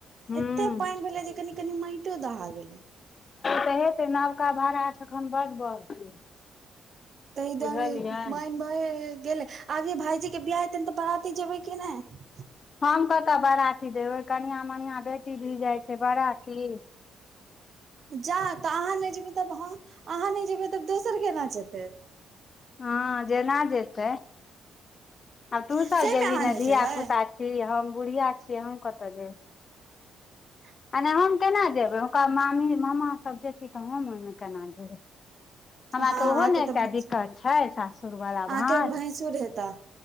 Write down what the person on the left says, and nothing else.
हूँ
तऽ हेतै नबका भाड़ाखन बड बढ़तै
बुझलियै
हम कतऽ बराती देबै कनआ मनििया बेटी धि जाइ छै बराती
हँ जेना जेतै आब तू
सभ जेबही
ने
धियापुता
जी हम बुढ़िया छियै हम कतऽ जेब
आने हम केना जेबै ओरा मामी मामा सभ जेथि तऽ हम ओहि मे केना जेबै
हमरा तऽ
ओहो ने एकटा
दिक्कत छै सासुरवला
भाज